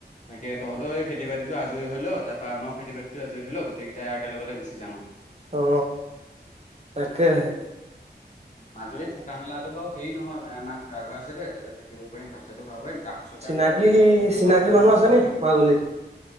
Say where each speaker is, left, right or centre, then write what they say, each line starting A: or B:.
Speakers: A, on the left; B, on the right.
A: তাকে তহঁতও এই খেতি বাতিটো আজৰি হলও তাৰ পৰা আমাৰো খেতি বাতিতো আজৰি হলও গোটেইকেইটাই একেলগতে গুচি জাম আউ
B: অ তাকেহে
A: মাজুলী থকা মেলাতো বাৰু হেৰি নহয় ম আমাৰ খুৰা ঘৰ আছে দে তাতে থাকিব পাৰিম ভাত চাতো খাব পাৰিম। তাৰপিছতে
B: চিনাকি
A: আকৌ আমি সত্ৰ-সত্ৰ
B: চিনাকি
A: চাবৰ কাৰণে
B: মানুহ
A: গুচি
B: আছে
A: যাব
B: নি
A: পাৰিম
B: মাজুলীত